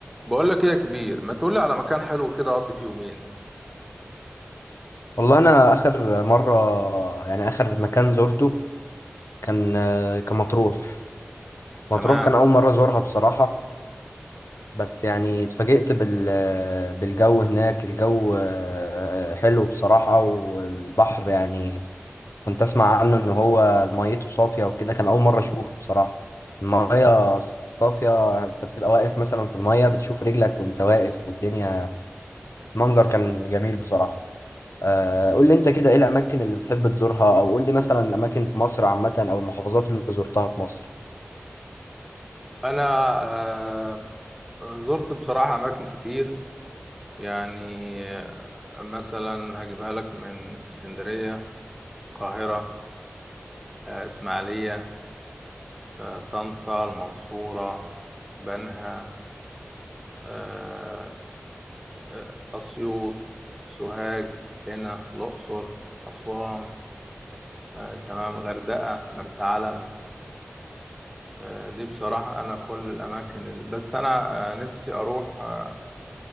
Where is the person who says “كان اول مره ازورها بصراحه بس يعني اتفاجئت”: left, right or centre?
Left